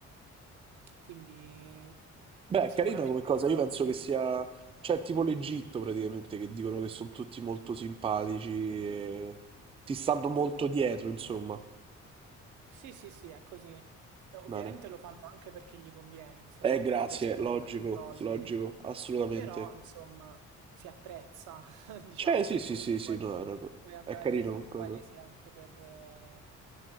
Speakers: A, on the right; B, on the right.
A: quindi
B: Beh, è
A: sicuramente
B: carina come cosa,
A: il Marocco
B: io penso
A: te
B: che
A: lo
B: sia,
A: consiglio.
B: cioè tipo l'Egitto praticamente, che dicono che sono tutti molto simpatici e ti stanno molto dietro,
A: Sì.
B: insomma.
A: Sì, sì, sì, è così. Eh, Ovviamente
B: Bene.
A: lo fanno anche perché gli conviene, insomma,
B: Eh, grazie,
A: un po' per spiegarti
B: logico,
A: i soldi.
B: logico, assolutamente.
A: Però, insomma, si apprezza, <laughs> diciamo,
B: Cioè, sì,
A: perché
B: sì,
A: comunque
B: sì, sì,
A: puoi,
B: no, è, una co-
A: puoi andare
B: è carino
A: in un
B: qualcosa,
A: paese anche per, eh,